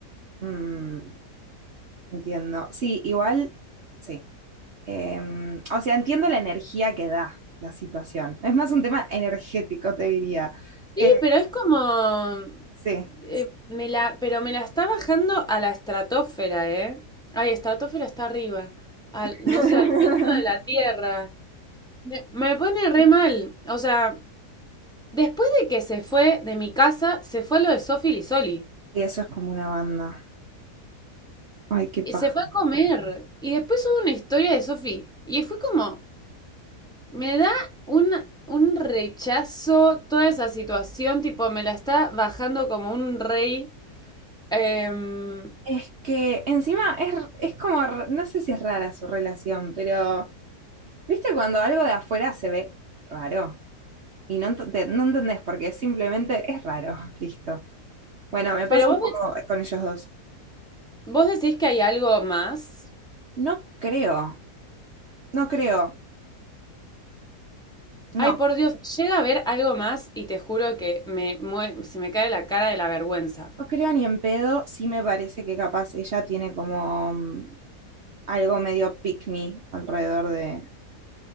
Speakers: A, on the right (about 50°); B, in the centre.
A: Mm. Entiendo. Sí, igual, sí. Em, o sea, entiendo la energía que da la situación. Es más un tema energético, te diría. Eh,
B: Sí, pero es como...
A: sí.
B: eh, me la, pero me la está bajando a la estratosfera, ¿eh? Ay, estratosfera está arriba. Al, no
A: <laughs>
B: sé, al centro de la Tierra. Me, me pone re mal. O sea, después de que se fue de mi casa, se fue a lo de Sofi Lisoli.
A: Sí, eso es como una banda. Ay, qué
B: Y
A: paja.
B: se fue a comer. Y después hubo una historia de Sofi. Y fue como... Me da un, un rechazo toda esa situación. Tipo, me la está bajando como un rey. Em,
A: Es que encima es, r- es como, r- no sé si es rara su relación, pero ¿viste cuando algo de afuera se ve raro? Y no, ent- te- no entendés porque simplemente es raro. <laughs> Listo. Bueno, me pasa
B: pero vos
A: un poco con ellos dos.
B: ¿Vos decís que hay algo más?
A: No creo, no creo. No,
B: Ay, por Dios, llega a haber algo más y te juro que me mue- se me cae la cara de la vergüenza.
A: No creo ni en pedo, sí me parece que capaz ella tiene como mm, algo medio pick me alrededor de,